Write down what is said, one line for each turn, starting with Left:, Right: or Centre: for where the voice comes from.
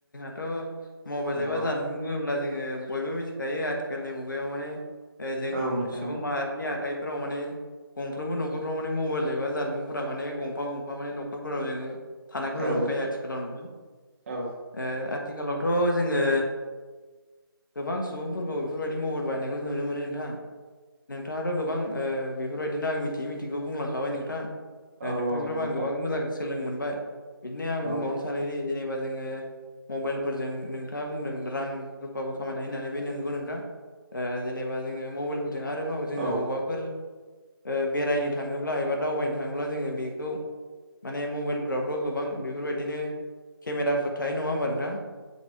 Left: ओ मबेल
Right: औ
Left: एबा जानुङोब्ला जोङो बयबो मिथिखायो आथिखालनि मुगाहायाव ओ जों
Right: औ नोंथां
Left: सुबुं
Right: औ
Left: माहारिनि आखाइफोराव माने गंफ्रोमबो न'खरफ्राव माने मबाइल एबा जानबुंफोरा माने गंफा गंफा माने नखरफोराव जोङो थानायखौ नुनो
Right: औ
Left: मोनखायो आथिखालाव नोंथां
Right: औ
Left: ओ आथिखालावथ' जोङो गोबां सुबुंफोरखौ बेफोरबायदि मबाइल बायनायखौ नुनो मोनो नोंथां। नोंथाङाथ' गोबां ओ बेफोरबायदिनो आं मिथियै मिथिगौ बुंलांखाबाय नोंथां। दा
Right: औ
Left: नोंथांफ्राबो
Right: औ नंगौ
Left: आं
Right: नोंथां
Left: गोबां मोजां सोलों मोनबाय बिदिनो आं
Right: औ
Left: बुंबावनो सानोदि जेनेबा जोङो मबाइलफोरजों नोंथाङा बुंदों रां रुफाबो खामायनो हायो होननानै बे नंगौ नोंथां। ओ जेनेबा जोङो मबाइलफोरजों आरोबाव जोङो
Right: औ
Left: अबाफोर ओ बेरायनो थाङोब्ला एबा दावबायनो थाङोब्ला जोङो बेखौ माने मबाइलफोरावथ' गोबां बेफोरबायदिनो केमेराफोर थायो नङा होमबा नोंथां?